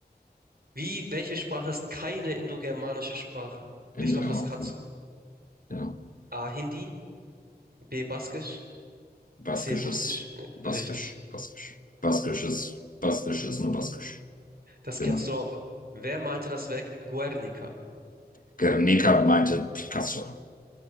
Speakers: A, on the right; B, on the left.
A: Wie, welche Sprache ist keine indogermanische Sprache?
B: Hinterher.
A: Ich glaube, das kannst
B: Hm.
A: du.
B: Ja.
A: A. Hindi, B. Baskisch,
B: Baskisch
A: C. Russisch.
B: ist
A: Äh,
B: Baskisch.
A: Richtig.
B: Baskisch. Baskisch ist, Baskisch ist nur Baskisch.
A: Das
B: Genau.
A: kennst du auch. Wer malte das Werk Guernica?
B: Gernika meinte Picasso.